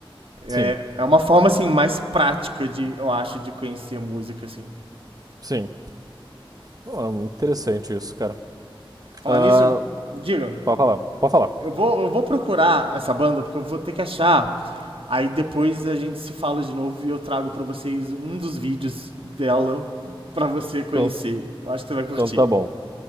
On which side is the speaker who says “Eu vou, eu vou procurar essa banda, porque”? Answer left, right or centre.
Right